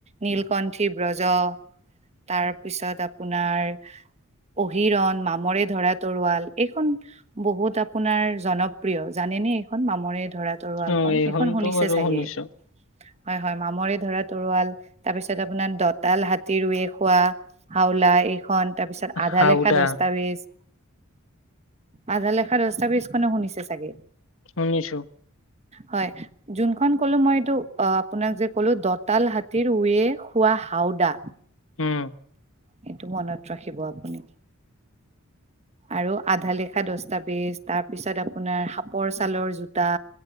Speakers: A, on the right (about 30°); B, on the left (about 65°).
A: নীলকণ্ঠী ব্ৰজ, তাৰপিছত আপোনাৰ অহিৰণ, মামৰে ধৰা তৰোৱাল, এইখন বহুত আপোনাৰ জনপ্ৰিয় জানেনে এইখন মামৰে ধৰা তৰোৱাল
B: অ
A: খন,
B: এইখনতো
A: এইখন শুনিছে
B: বাৰু
A: চাগে,
B: শুনিছো
A: হয় - হয়, মামৰে ধৰা তৰোৱাল তাৰপিছত আপোনাৰ দতাল হাতী ৰুৱে খোৱা হাওলা এইখন তাৰপিছত আধালেখা
B: হাওদা
A: দস্তাবেজ আধালেখা দস্তাবেজ খন শুনিছে চাগে
B: শুনিছোঁ।
A: হয়, যোনখন কলো মই এইটো আ, আপোনাক যে ক'লো দতাল হাতী তীৰ ৱে খোৱা হাওদা
B: উম,
A: সেইটো মনত ৰাখিব আপুনি। আৰু আধা লেখা দস্তাবেজ, তাৰ পিছত আপোনাৰ সাপৰ ছালৰ জোতা